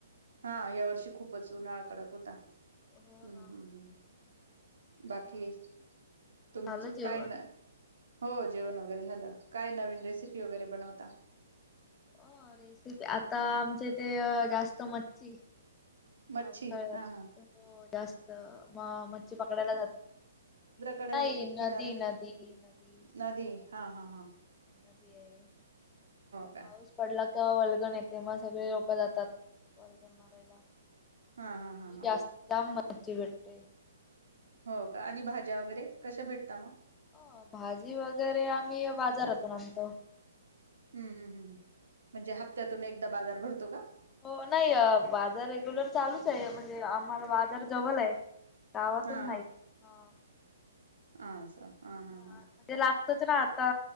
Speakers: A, on the right; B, on the left.
A: हा यावर्षी खूपच उन्हाळा कडक होता हम्म
B: हो ना
A: हम्म. बाकी
B: मग
A: तुम
B: झालं जेवण
A: काय ना हो जेवण वगैरे झालं काय नवीन रेसिपी वगैरे बनवता?
B: हो रेसिपी आता आमचे ते जास्त मच्छी
A: मच्छी
B: पावसाळ्यात
A: हा हा
B: हो जास्त म मच्छी पकडायला जात
A: कडे
B: नाही नदी
A: किनऱ्यात
B: नदी नदी
A: नदी हां हां हां
B: नदी अय आणि
A: का
B: पाऊस पडला का वलगण येते मग, सगळे लोक जातात वलगण मारायला.
A: हा हा हा हा.
B: जास्त जाम मच्छी भेटतेय.
A: हो का आणि भाज्या वगैरे कशा भेटता मगं?
B: हो भाजी वगैरे आम्ही बाजारातून आणतो.
A: हम्म हम्म हम्म म्हणजे हप्त्यातून एकदा बाजार भरतोय का?
B: हो नाही अ बाजार रेग्युलर चालूच आहे, म्हणजे आम्हांला बाजार जवलय. गावातून
A: हा
B: नाही हं.
A: <inaudible>
B: म्हणजे
A: हा हा
B: ला त ना आता